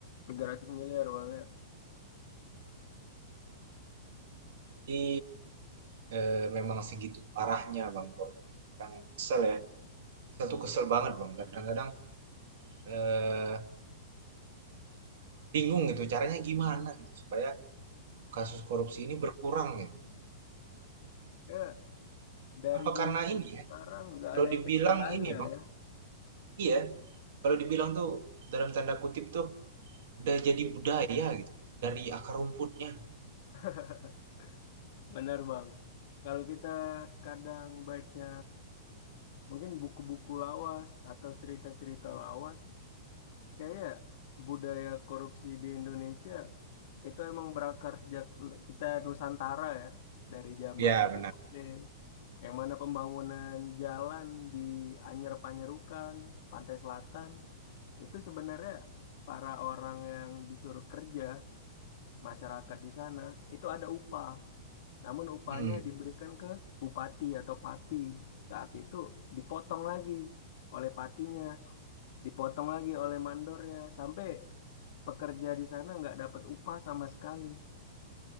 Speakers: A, on the left; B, on the right.
A: 300 miliar bang ya.
B: Jadi eh, memang segitu parahnya Bang korupsi. Kadang kesel ya, kesel tuh kesel banget Bang. Kadang-kadang eh, bingung gitu caranya gimana gitu supaya kasus korupsi ini berkurang gitu.
A: Ya, Dari
B: Apa
A: dulu
B: karena
A: sampai
B: ini
A: sekarang
B: ya?
A: nggak
B: Kalau
A: ada
B: dibilang
A: efek jerahnya
B: ini Bang,
A: ya.
B: iya. Kalau dibilang tuh dalam tanda kutip tuh udah jadi budaya gitu dari akar rumputnya.
A: <laughs> Benar Bang. Kalau kita kadang baca mungkin buku-buku lawas atau cerita-cerita lawas, kayak budaya korupsi di Indonesia itu emang berakar sejak kita Nusantara ya, dari zaman
B: Ya benar.
A: VOC, yang mana pembangunan jalan di Anyer Panyerukan, Pantai Selatan, itu sebenarnya para orang yang disuruh kerja masyarakat di sana itu ada upah. Namun upahnya
B: Hmm,
A: Hmm. diberikan ke bupati atau pati. Saat itu dipotong lagi oleh patinya, dipotong lagi oleh mandornya, sampai pekerja di sana nggak dapat upah sama sekali.